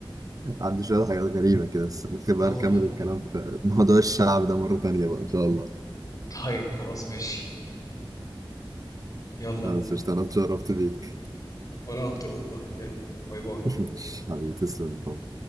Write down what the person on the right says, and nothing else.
عنده شوية حاجات غريبة كده بس ممكن بقى
نكمل
الكلام في موضوع الشعب ده مرة تانية بقى ان شاء الله
أنا بس قشطة، انا اتشرفت بيك
<laughs> مش حبيبي تسلم